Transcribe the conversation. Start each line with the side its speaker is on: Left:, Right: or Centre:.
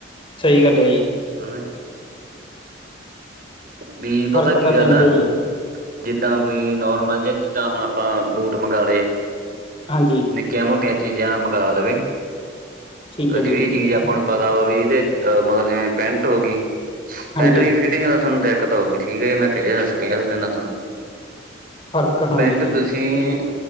Left: ਸਈ ਗੱਲ ਐ ਜੀ।
Right: ਹਨਾ ਵੀ
Left: ਫਰਕ
Right: ਪਤਾ ਕੀ
Left: ਤਾਂ ਪੈਂਦਾ
Right: ਗੱਲ ਆ।
Left: ਹੀ ਹੈ
Right: ਜਿੱਦਾਂ ਕੋਈ ਨੋਰਮਲ ਜੀਆ ਜਿੱਦਾਂ ਹੁਣ ਆਪਾਂ ਬੂਟ ਮੰਗਾ ਲੇ।
Left: ਹਾਂਜੀ।
Right: ਨਿੱਕੀਆਂ ਮੋਟੀਆਂ ਚੀਜ਼ਾਂ ਮੰਗਵਾ ਲਵੇ
Left: ਠੀਕ
Right: ਤਾਂ
Left: ਹੈ
Right: ਜੇੜੀ
Left: ਜੀ ਠੀਕ
Right: ਚੀਜ਼
Left: ਹੈ
Right: ਆਪਾਂ ਨੂੰ ਪਤਾ ਆ ਵਾ ਵੀ ਇਹਦੇ ਅ ਮਤਲਬ ਜਿਵੇਂ ਪੈਂਟ ਹੋ ਗਈ
Left: ਹਾਂਜੀ
Right: ਪੈਂਟ ਦੀ ਫਿਟਿੰਗ ਦਾ ਸਾਨੂੰ ਦਿੱਕਤ ਆਊਗੀ। ਠੀਕ ਐ ਜੀ ਮੈਂ ਕਹਿ-ਕਹਿ ਦਿੰਦਾ ਤੁਹਾਨੂੰ
Left: ਫਰਕ ਹਾਂਜੀ
Right: ਪੈਂਟ
Left: ਹਾਂ
Right: ਤੁਸੀਂ ਤੁਸੀਂ